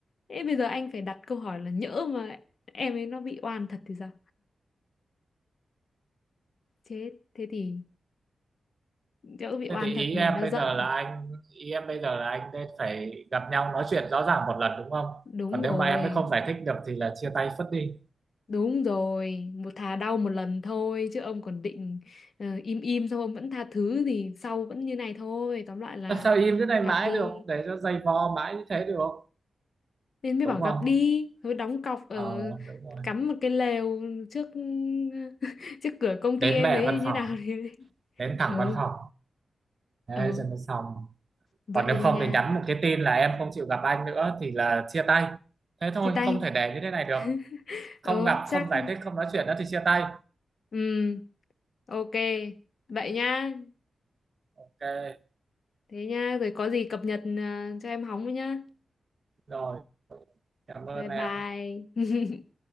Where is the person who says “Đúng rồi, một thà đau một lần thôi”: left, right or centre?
Left